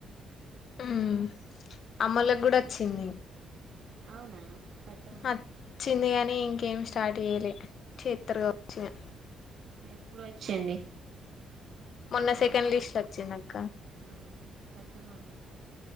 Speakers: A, on the left (about 60°); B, on the right (about 60°).
A: ఉమ్ అమ్మోలకి గూడా వచ్చింది
B: అవునా కట్టమను
A: అచ్చింది గానీ ఏమ్ స్టార్ట్ చేయలే చేత్తర్ గావచ్చు ఇగ
B: ఎప్పుడు వచ్చింది
A: మొన్న సెకండ్ లిస్టులో అక్కా
B: ఆ కట్టమను